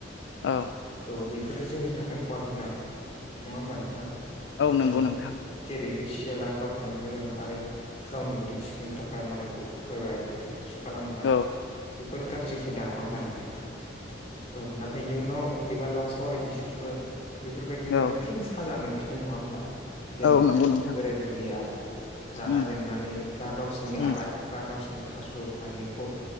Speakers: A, on the left; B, on the left.
A: औ
B: औ बेफोरो जोंनि थाखाय खहा गोनां नङा होमबा नोंथां
A: नंगौ
B: औ
A: नोंथां
B: जेरै बे सियाला गावखौनो गोरों आरो गावनि उदै सुफुंनो थाखाय मालायखौ थगायबाय। फोथाय खेबस‌' खालामबाय
A: औ
B: बेफोर गाज्रि हुदा नङा होमबा नोंथां? औ नाथाय इयुनाव एबा लासावहाय बिसोरबो बेफोरबायदिनो
A: औ
B: फिन साजा मोनफिनदों नङा होमबा जेरै
A: औ नंगौ नोंथां
B: बोराय बुरैया रागा
A: उम
B: जोंनानै बा गावसिनि
A: उम
B: आबाद बा गावसोरनि थास' गायनायखौ